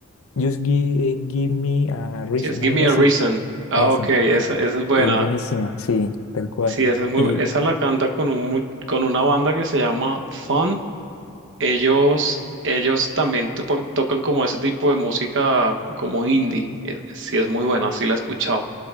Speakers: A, on the left; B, on the right.
A: Just Give, Give Me a Reason,
B: Sí, es Give
A: algo
B: Me
A: así.
B: a Reason. Ah,
A: Eso.
B: ok, esa,
A: eh,
B: esa es buena.
A: Es buenísima, sí, tal cual.
B: Sí, esa es muy,
A: Y
B: esa la canta con un, mu- con una banda que se llama Fun. Ellos, ellos también topan- tocan como ese tipo de música como indie. eh, Sí, es muy buena, sí la he escuchado.